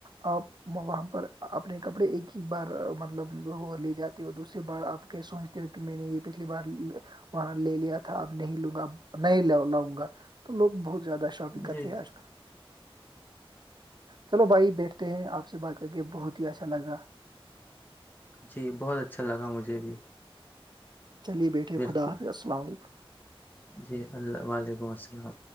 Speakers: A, on the right; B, on the left.
A: ا وہاں پر اپنے کپڑے ایک ہی بار مطلب وہ لے جاتا اور دوسری بار آپ کیا سوچتے ہو کہ میں نے یہ پچھلی بار وہاں لے لیا تھا اب نہیں لوں گا ا نہیں لاؤں گا تو لوگ بہت زیادہ شاپنگ
B: جی
A: کرتےے آج کل چلو بھائی بیٹھتے ہیں آپ سے بات کر کے بہت ہی اچھا لگا
B: جی بہت اچھا لگا مجھے بھی
A: چلیے بیٹھے
B: بالکل
A: خدا حافظسل علیکم
B: جی اللہ وعلیکم السلام